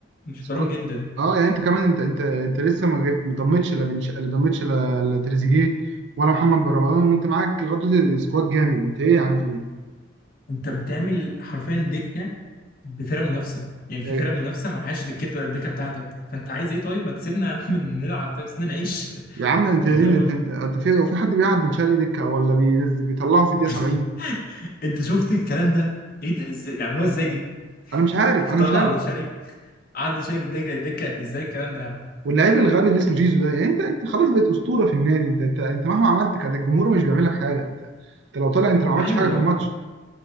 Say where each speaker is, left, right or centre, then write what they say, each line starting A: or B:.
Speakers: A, on the left; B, on the right.
A: محترم
B: سكو...
A: جدا
B: اه يعني انت كمان انت انت انت لسه ما جيت- ما ضمتش لا بنش... لا ضمتش لا لا تريزيجيه ولا محمد بن رمضان وانت معاك لغايه دلوقتي سكواد جامد انت ايه يا عم في ايه
A: انت بتعمل حرفيا دكة بفرق منافسة يعني في
B: يا
A: فرق منافسة معهاش دكة الدكة بتاعتك فانت عايز ايه طيب ما تسيبنا <laughs> يا عم نلعب طيب سيبنا نعيش <laughs>
B: يا عم انت
A: اللي
B: انت
A: هو
B: انت, انت في وفي حد بيلعب بن شرقي دكه ولا بينزل بيطلعه في الدقيقه
A: <laughs>
B: 70
A: انت شفت الكلام ده ايه ده ازاي بيعملوها ازاي دي
B: انا مش عارف
A: انت
B: انا
A: بتطلع
B: مش عارف
A: بن شرقي قعد شارب الدكه الدكه ازاي الكلام ده يا عم؟
B: واللعيب الغبي اللي اسمه زيزو ده يعني انت انت خلاص بقيت اسطوره في النادي انت انت انت مهما عملت كان الجمهور مش بيعمل لك حاجه انت انت لو طلع انت ما عملتش
A: ايوه
B: حاجه في الماتش